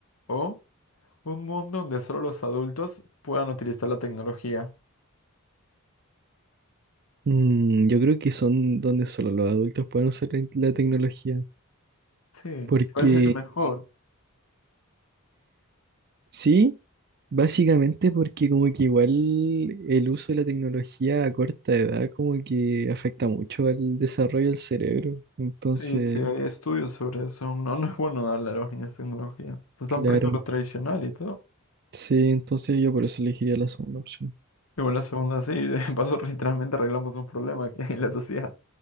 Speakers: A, on the left; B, on the right.
A: ¿O un mundo donde solo los adultos puedan utilizar la tecnología?
B: Mm, yo creo que son donde solo los adultos pueden usar la la tecnología.
A: Sí.
B: Porque
A: ¿Cuál sería mejor?
B: sí, básicamente porque como que igual el uso de la tecnología a corta edad como que afecta mucho al desarrollo del cerebro. Entonces,
A: Sí, sí, hay estudios sobre eso. No, no es bueno darle a los niños tecnología. Se están
B: claro.
A: perdiendo lo tradicional y todo.
B: Sí, entonces yo por eso elegiría la segunda opción.
A: Y bueno, la segunda sí, <laughs> de paso literalmente arreglamos un problema que hay en la sociedad.